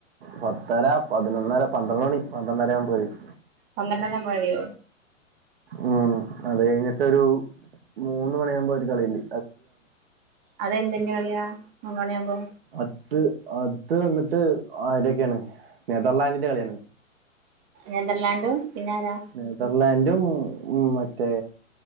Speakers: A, on the right; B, on the right.
A: പത്തെര പതിനൊന്നര പന്ത്രണ്ട് മണി പന്ത്രണ്ടര ആവുമ്പോ കഴിയും
B: പന്ത്രണ്ട് മണിയാമ്പോ കഴിയോ?
A: ഉം അത് കഴിഞ്ഞിട്ട് ഒരു മൂന്ന് മണിയാവുമ്പോ ഒരു കളിയ്ണ്ട്.
B: അതെന്തിന്റെ കളിയാ മൂന്ന് മണിയാവുമ്പോ?
A: അത് അത് വന്നിട്ട് ആരുടെയൊക്കെയാണ് നെതർലാൻഡിന്റെ കളിയാണ്
B: നെതർലാൻഡും പിന്നെ ആരാ?
A: നെതർലാൻഡും ഉം മറ്റേ